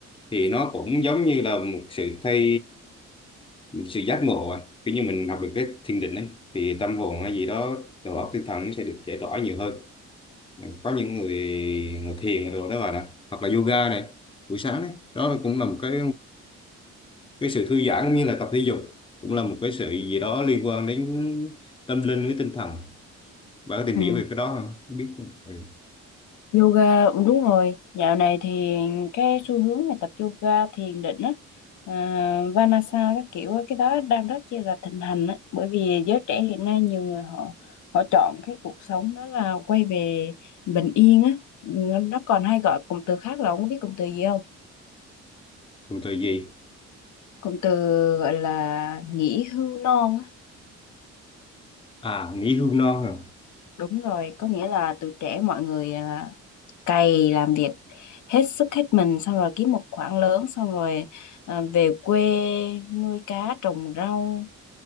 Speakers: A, on the left; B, on the left.
A: thì nó cũng giống như là một sự thay một sự giác ngộ à kiểu như mình học được cái thiền định ấy thì tâm hồn hay gì đó đầu óc tinh thần nó sẽ được giải tỏa nhiều hơn có những người người thiền rồi đó bà nè hoặc là yoga này buổi sáng đấy đó là cũng là một cái cái sự thư giãn cũng như là tập thể dục cũng là một cái sự gì đó liên quan đến tâm linh với tinh thần bạn có tìm
B: Ừ,
A: hiểu về cái đó không Không biết ừ.
B: yoga ừ, đúng rồi dạo này thì cái xu hướng về tập yoga thiền định á à, Vanasa các kiểu á, cái đó đang rất chi là thịnh hành á bởi vì giới trẻ hiện nay nhiều người họ họ chọn cái cuộc sống đó là quay về bình yên á Ừ, nó còn hay gọi cụm từ khác là ông có biết cụm từ gì không
A: còn thời gì
B: cụm từ gọi là nghỉ hưu non á
A: à nghỉ hưu non à
B: đúng rồi có nghĩa là tuổi trẻ mọi người là cày làm việc hết sức hết mình xong rồi kiếm một khoản lớn xong rồi à, về quê nuôi cá trồng rau